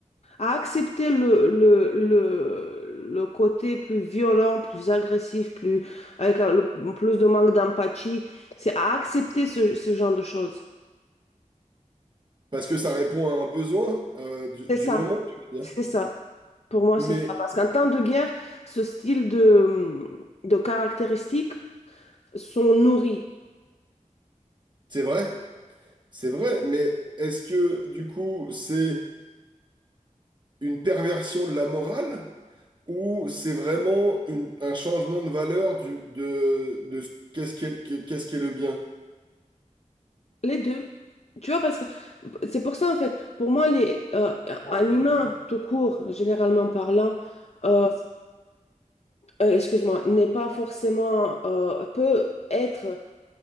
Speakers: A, on the left; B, on the right.
A: à accepter le, le, le, le côté plus violent, plus agressif, plus, avec euh, le- plus de manque d'empathie. C'est à accepter ce, ce genre de choses.
B: parce que ça répond à un besoin euh, du,
A: C'est
B: du
A: ça,
B: moment, tu veux
A: c'est
B: dire.
A: ça. Pour moi,
B: Mais
A: c'est ça. Parce qu'en temps de guerre, ce style de, de caractéristiques sont nourris.
B: c'est vrai, c'est vrai, mais est-ce que du coup c'est une perversion de la morale ou c'est vraiment une- un changement de valeur du, de, de ce- qu'est-ce qu'est, qu'est- qu'est-ce qu'est le bien?
A: Les deux. Tu vois, parce que c'est pour ça, en fait, pour moi, les, euh, un humain, tout court, généralement parlant, euh, euh, excuse-moi, n'est pas forcément, euh, peut être,